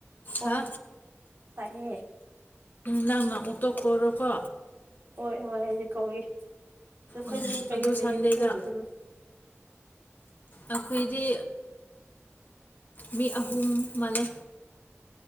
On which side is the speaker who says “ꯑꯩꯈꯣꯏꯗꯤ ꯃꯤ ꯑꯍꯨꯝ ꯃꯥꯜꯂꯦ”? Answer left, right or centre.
Left